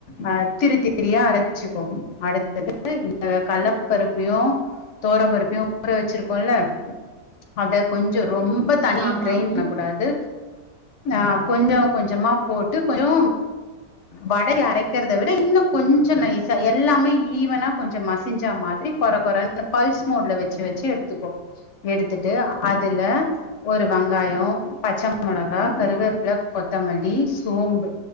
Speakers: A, on the left; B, on the right.
A: ஆ திருத்திரியா அரச் ச்சுக்கோ அடுத்தது இந்த கல்லப்பருப்யு துவரம் பருப்பயும் ஊற வச்சிருக்கோல்ல அத கொஞ்சோ ரொம் ப தனி
B: ஆமா ஆமா
A: கிரைண்ட்
B: அண்ணி
A: பண்ணக்கூடாது ஆ கொஞ்சம் கொஞ்சமா போட்டு கொஞ்சோ வடய அரைக்கிறத விட இன்னு கொஞ்சம் நை சா எல்லாமே ஈவனா கொஞ்சம் மசி்ஞ்சா மாரி கொற கொறன்னு பல்ஸ் மூட்ல வச்சு வச்சு எடுத்துக்கோ எடுத்துட்டு அதுல ஒரு வெங்காயோ பச்ச மொளகா கருவேப்பில கொத்தமல்லி சோம்பு